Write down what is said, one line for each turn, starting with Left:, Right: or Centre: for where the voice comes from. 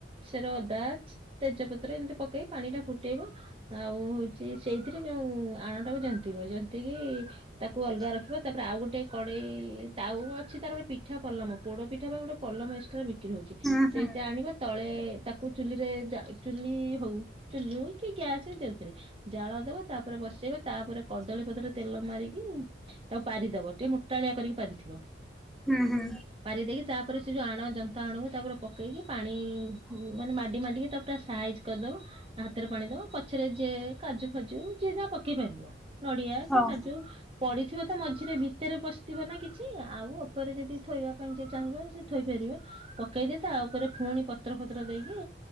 Right: ସେର ଅଦା, ତେଜପତ୍ର ଏମିତି ପ କେଇ ପାଣିଟା ଫୁଟେଇବ, ଆଉ ହଉଛି ସେଇଥିରେ ଯୋଉଁ ଆଣଟାକୁ ଜନ୍ତିବ, ଜ ନ୍ତିକି ତାକୁ ଅଲଗା ରଖିବ ତାପରେ ଆଉ ଗୋଟେ କଡେଇ ତାୱା ଅଛି ତାର ବେ ପିଠା ପଲମ, ପୋଡ଼ ପିଠା ପାଇଁ ଗୋଟେ ପଲମ ଏକ୍ସଟ୍ରା ବିକ୍ରି ହଉଛି
Centre: ହୁଁ ହୁଁ
Right: ସେଇଟା ଆଣିବ ତଳେ ତାକୁ ଚୁଲିରେ ଚା ଚୁଲି ହଉ, ଚୁଲି ହଉ କି ଗ୍ୟାସ୍ ଯୋଉଥିରେ। ଜାଳ ଦବ ତାପରେ ବସେଇବ ତାପରେ କଦଳୀ ପତ୍ରରେ ତେଲ ମାରିକି ତାକୁ ପାରିଦବ ଟିକେ ମୋଟାଳିଆ କରିକି ପାରିଥିବ।
Centre: ହୁଁ, ହୁଁ।
Right: ପାରି ଦେଇକି ତାପରେ ସେ ଯୋଉ ଆଣ ଜନ୍ତା ଆଣକୁ ତାପରେ ପକେଇକି ପାଣି ମାନେ ମାଡି ମାଡିକି ତା ପୁରା ସାଇଜ୍ କରିଦବ ହାତରେ ପାଣିଦବ ପଛରେ ଯେ କାଜୁ ଫାଜୁ ଯିଏ ଯାହା ପକେଇ ପାରିବ। ନଡ଼ିଆ
Centre: ହଉ।
Right: କି କାଜୁ ପଡିଥିବ ତ ମଝିରେ ବି, ଭିତରେ ପଶଥିବ ନା କିଛି। ସି ଆଉ ଓପରେ ଯଦି ଥୋଇବା ପାଇଁ ଯେ ଚାହିଁବ ସେ ଥୋଇପାରିବେ, ପକେଇଦେ ତା ଉପରେ ପୁଣି ପତ୍ର ଫତ୍ର ଦେଇକି